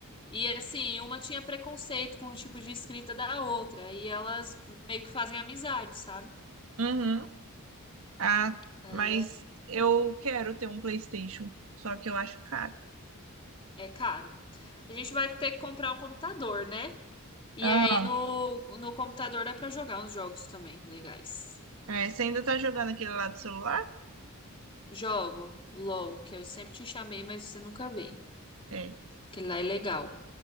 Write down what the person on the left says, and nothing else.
E assim, uma tinha preconceito com o tipo de escrita da outra. E elas meio que fazem amizade, sabe?
Aí
é,
é caro. A gente vai ter que comprar um computador, né? E
aí no, no computador dá pra jogar uns jogos também legais.
Jogo LOL, que eu sempre te chamei, mas você nunca vem.
Que lá é legal.